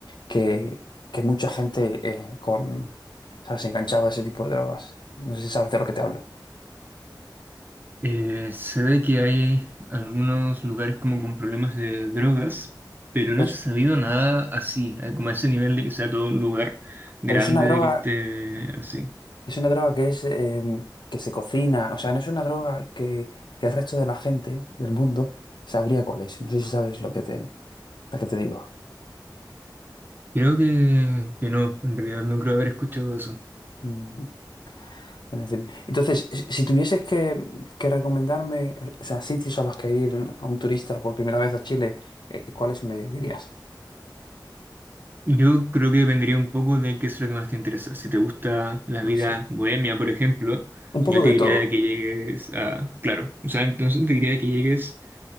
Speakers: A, on the left; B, on the right.
A: que, que mucha gente eh, con, ¿sabes?, enganchada a ese tipo de drogas. No sé si sabes de lo que te hablo.
B: Eh, se ve que hay algunos lugares como con problemas de drogas, pero
A: Pero
B: no he
A: es,
B: sabido nada así, a- como a ese nivel de que sea todo un lugar grande
A: pero es una droga
B: de que esté así.
A: Es una droga que es em, que se cocina, o sea, no es una droga que, que el resto de la gente del mundo sabría cuál es. No sé si sabes lo que te, lo que te digo.
B: Creo que, que no, en realidad no creo haber escuchado eso.
A: Mm, Bueno, en fin. Entonces, si si tuvieses que, que recomendarme, o sea, sitios a los que ir a un turista por primera vez a Chile, eh, ¿cuáles me dirías?
B: Yo creo que dependería un poco de qué es lo que más te interesa. Si te gusta la vida
A: Ah, Sí.
B: bohemia, por ejemplo,
A: Un poco
B: yo
A: de
B: te diría
A: todo.
B: que llegues a... Claro, o sea, entonces te diría que llegues